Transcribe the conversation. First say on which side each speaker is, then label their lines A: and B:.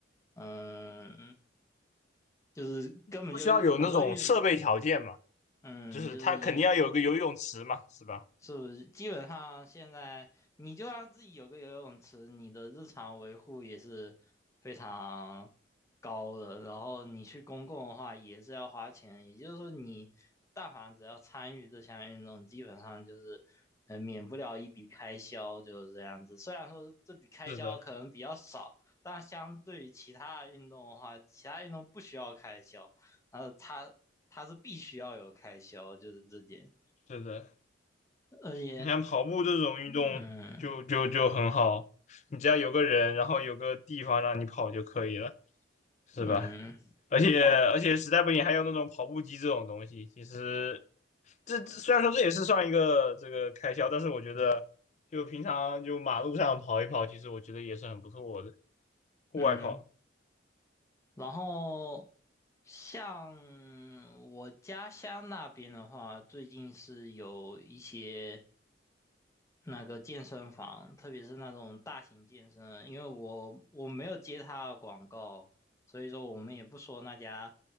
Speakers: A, on the left; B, on the left.
A: 嗯，就是根本就很多运，
B: 不需要有那种设备条件嘛，
A: 嗯，
B: 就是他肯定要有个游泳池嘛，
A: 就是也
B: 是吧？
A: 是不是基本上现在你就让自己有个游泳池，你的日常维护也是非常高的。然后你去公共的话也是要花钱，也就是说你但凡只要参与这项运动，基本上就是呃免不了一笔开销，就是这样子。虽然说这笔开销可能比较少，
B: 是的，
A: 但相对于其他的运动的话，其他运动不需要开销，呃，它它是必须要有开销，就是这点。
B: 是的。
A: 而且
B: 你看跑步这种运动就就就很好，
A: 嗯
B: 你只要有个人，然后有个地方让你跑就可以了，是吧？
A: 嗯
B: 而且而且实在不行还有那种跑步机这种东西，
A: 然后
B: 其实这这虽然说这也是算一个这个开销，但是我觉得就平常就马路上跑一跑，其实我觉得也是很不错的，户外跑。
A: 嗯，然后像我家乡那边的话，最近是有一些那个健身房，特别是那种大型健身，因为我我没有接他的广告，所以说我们也不说那家